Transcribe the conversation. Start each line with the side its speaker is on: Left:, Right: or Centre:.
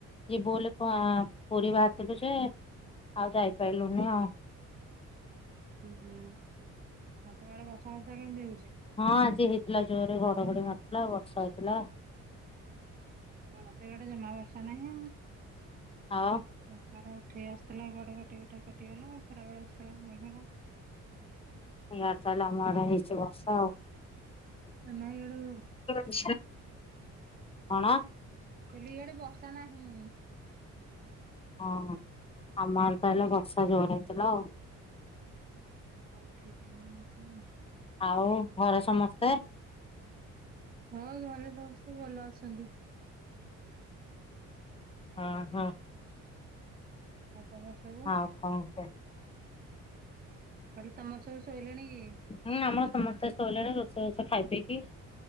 Left: ଇଏ ବୋଲ ପୁରୀ ବାହାରିଥିଲୁ ସେ ଆଉ ଯାଇପାରିଲୁନି ଆଉ।
Right: ହୁଁ ହୁଁ ଆଉ ତମେ ଆଡେ ବସା ଫସା କେମିତି ହଉଛି?
Left: ହଁ ଆଜି ହେଇଥିଲା, ଜୋରରେ ଘଡଘଡି ମାରିଥିଲା, ବର୍ଷା ହେଇଥିଲା।
Right: ଆମର ତ ଇଆଡ଼େ ଜମା ବର୍ଷା ନାହି।
Left: ଆଉ
Right: ବର୍ଷାଟା ଉଠେଇ ଆସିଥିଲା କୁଆଡେ କଟି କୁଟା କଟିଗଲା ଆଉ ଖରାବେଳେ ଆସିଥିଲା ମେଘଟା
Left: ଇଆଡେ ତାହେଲେ ଆମ ଆଡେ ହେଇଛି ବର୍ଷା ଆଉ।
Right: ନାଇଁ ୟାଡେ
Left: <unintelligible> କଣ?
Right: ମୁଁ କହିଲି ଇଆଡେ ବର୍ଷା ନାହିଁ।
Left: ହଁ ଆମ ଆଡେ ତା ହେଲେ ବର୍ଷା ଜୋର ହେଇଥିଲା ଆଉ।
Right: ହଁ ଉଠେଇ ଥିଲିନିକି ମୁ।
Left: ଆଉ ଘରେ ସମସ୍ତେ
Right: ହଁ, ଘରେ ସମସ୍ତେ ଭଲ ଅଛନ୍ତି।
Left: ହଁ ହଁ।
Right: ଆଉ ତମର? ସବୁ
Left: ଆଉ କଣ କୁହ?
Right: କହଲି ତମର ସବୁ ଶୋଇଲେଣି କି?
Left: ହୁଁ ଆମର ସମସ୍ତେ ସୋଇିଲଣି ରୋଷ ବାସ ଖାଇ ପି।